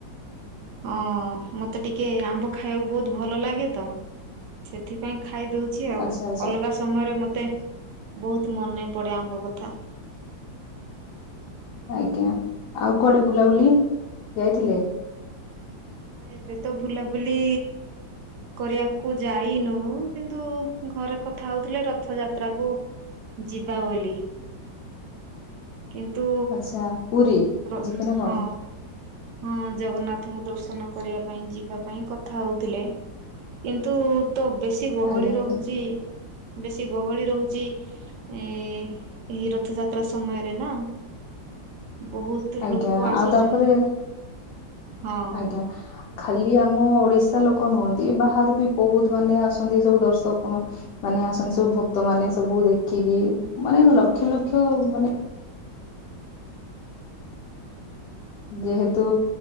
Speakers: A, on the right (about 70°); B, on the left (about 70°).
A: ହଁ ମତେ ଟିକେ ଆମ୍ବ ଖାଇବାକୁ ବହୁତ୍ ଭଲ ଲାଗେ ତ। ସେଥିପାଇଁ ଖାଇ ଦଉଛି ଆଉ
B: ଆଚ୍ଛା ଆଚ୍ଛା
A: ଅଲଗା ସ ସମୟରେ ମୋତେ ବହୁତ୍ ମନେ ପଡ଼େ ଆମ୍ବ କଥା।
B: ଆଜ୍ଞା ଆଉ କୁଆଡେ ବୁଲାବୁଲି ଯାଇଥିଲେ?
A: ଏବେ ତ ବୁଲାବୁଲି କରିବାକୁ ଯାଇନୁ କିନ୍ତୁ ଘରେ କଥା ହଉଥିଲେ ରଥ ଯାତ୍ରାକୁ ଯିବା ବୋଲି। କିନ୍ତୁ
B: ଆଚ୍ଛା ପୁରୀ
A: ର
B: ଯିବେ ନା କଣ?
A: ହଁ ହଁ ଜଗନ୍ନାଥଙ୍କୁ ଦର୍ଶନ କରିବା ପାଇଁ ଯିବା। ପାଇଁ କଥା ହଉଥିଲେ କିନ୍ତୁ ତୋ ବେଶୀ ଗହଳି
B: ଆଜ୍ଞା ଆଜ୍ଞା।
A: ରହୁଛି। ବେଶୀ ଗହଳି ରହୁଚି ଏ ଏହି ରଥଯାତ୍ରା ସମୟରେ ନା। ବହୁତ
B: ଆଜ୍ଞା
A: ଲୋକ ଆସୁଛନ୍ତି।
B: ଆଉ ତାପରେ
A: ହଁ
B: ଆଜ୍ଞା। ଖାଲି ଆମ ଓଡିଶା ଲୋକ ନୁହଁନ୍ତି ବାହାରୁ ବି ବହୁତ୍ ମାନେ ଆସନ୍ତି ସବୁ ଦର୍ଶକ। ମାନେ ଆସନ୍ତି ସବୁ ଭକ୍ତ ମାନେ ସବୁ ଦେଖିକି ମାନେ ଲକ୍ଷ ଲକ୍ଷ ମାନେ ଯେହେତୁ